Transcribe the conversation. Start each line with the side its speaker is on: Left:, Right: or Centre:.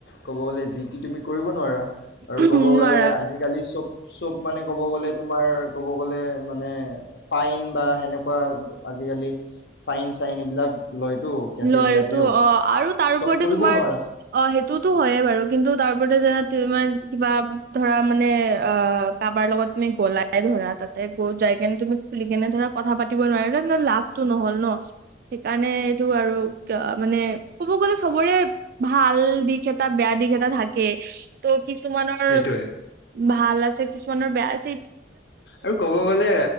Left: ক'ব গ'লে যি টি তুমি কৰিব নোৱাৰা। আৰু
Right: নোৱাৰা
Left: ক'ব গ'লে আজিকালি চব চব মানে, ক'ব গ'লে তোমাৰ ক'ব গ'লে মানে ফাইন বা হেনেকুৱা আজিকালি, ফাইন চাইন এইবিলাক লয়তো। কেফে
Right: লয়
Left: বিলাকেও
Right: তটো অ' আৰু তাৰ ওপৰতে
Left: চব কৰিব
Right: তোমাৰ,
Left: নোৱাৰা
Right: অ' সেইটোতো হয়য়ে বাৰু কিন্তু তাৰ ওপৰতে যে তোমাৰ কিবা ধৰা মানে অ' কাৰবাৰ লগত তুমি গলাই ধৰা তাত ত গৈ যাই কিনে তুমি খুলি কেনে ধৰা কথা পাতি নোৱাৰিলা ন লাভ নহল ন, সেইকাৰণে টো আৰু ক মানে ক'ব গ'লে চবৰে, ভাল দিশ এটা বেয়া দিশ এটা থাকে। ত' কিছুমানৰ
Left: সেইটোয়ে
Right: ভাল আছে কিছুমানৰ বেয়া আ
Left: আৰু ক'ব গ'লে